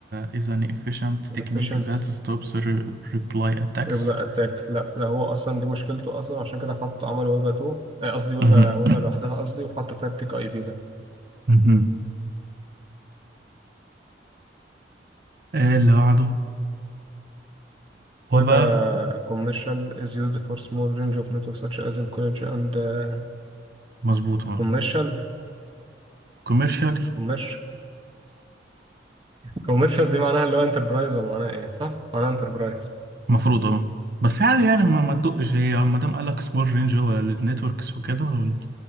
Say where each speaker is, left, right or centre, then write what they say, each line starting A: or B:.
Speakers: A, on the right; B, on the right.
A: is an efficient technique
B: efficient
A: that stops re- reply attacks
B: ريبلا أتاك لأ ده هو أصلا دي مشكلته أصلا عشان كده حط عمل ويبا 2 آه، قصدي ويبا
A: مهم.
B: ويبا لوحدها قصدي وحطوا فيها التيكا أي بي ده
A: مهم. آه، اللي بعده وباء
B: ويبا commercial is used for small range of networks such as in college and uh,
A: مظبوط اه
B: commercial
A: كوميرشال
B: commercial <laughs> commercial دي معناها اللي هو enterprise ولا معناها إيه صح؟ معناها enterprise
A: المفروض اه بس عادي يعني ما ما تدقش هي ما دام قال لك سمول رينج هو النتوركس وكده وال-